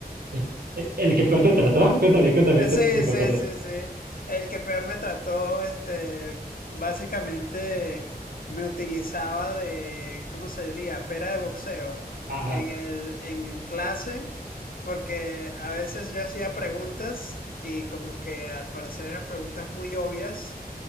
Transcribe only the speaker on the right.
el, el- el que peor te trató. Cuéntame, cuéntame, ahorita
te sigo
contando
eso.
Ajá,